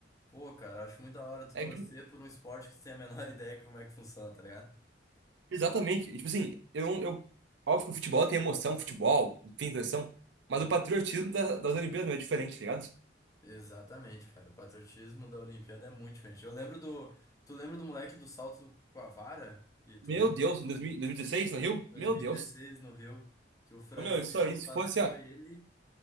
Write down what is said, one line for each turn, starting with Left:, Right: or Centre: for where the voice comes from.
Left: Pô, cara, acho muito da hora tu
Right: É,
Left: torcer
Right: que-
Left: por um esporte que tu tem a menor <laughs> ideia de como é que funciona, tá ligado?
Right: exatamente. E, Tipo assim, eu, eu. Óbvio que o futebol tem emoção, futebol tem tensão mas o patriotismo da- das Olimpíadas meu, é diferente, tá ligado?
Left: Exatamente, cara. O patriotismo da Olimpíada é muito diferente. Eu lembro do. Tu lembra do moleque do salto com a vara? E tu
Right: Meu
Left: lembra?
Right: Deus, em dois mil e 2016, no Rio?
Left: 2016
Right: Meu Deus.
Left: no Rio, que o francês
Right: Ô, meu, isso aí, se
Left: passou
Right: fosse, ó,
Left: ele